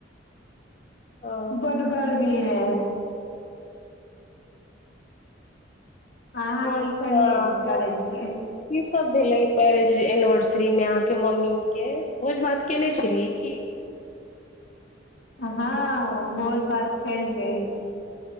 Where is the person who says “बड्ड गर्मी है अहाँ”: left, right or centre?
Left